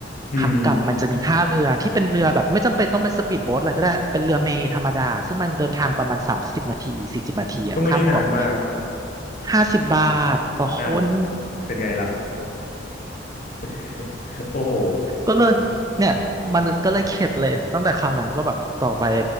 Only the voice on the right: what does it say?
ขากลับมันจะมีท่าเรือที่เป็นเรือแบบไม่จำเป็นต้องเป็นสปีดโบ๊ทอะไรก็ได้เป็นเรือเมล์ธรรมดาซึ่งมันเดินทางประมาณสามสิบนาทีสี่สิบนาทีอะข้ามเกาะ
ห้าสิบบาทต่อคน
ก็เลยเนี่ยมันก็เลยเข็ดเลยตั้งแต่คราวนั้นก็แบบต่อไป